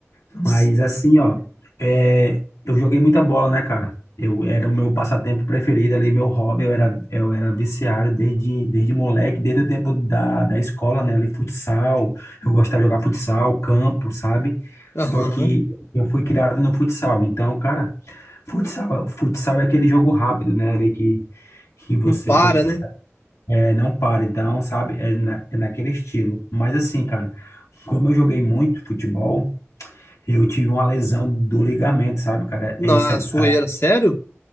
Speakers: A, on the left; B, on the left.
A: Nossa,
B: Mas assim, ó, é, eu joguei muita bola, né, cara? Eu era o meu passatempo preferido ali, meu hobby, eu era, eu era viciado desde, desde moleque, desde o tempo da, da escola, né? Ali, futsal, eu gostava de jogar futsal, campo, sabe?
A: aham.
B: Só que eu fui criado no futsal. Então, cara, futsal, futsal é aquele jogo rápido, né? Ali que, que você
A: Não para,
B: tem que,
A: né?
B: é, não para. Então, sabe? É, na, é naquele estilo. Mas assim, cara, como eu joguei muito futebol, eu tive uma lesão do ligamento, sabe, cara?
A: Na
B: É isso, é,
A: zoeira,
B: ah,
A: sério?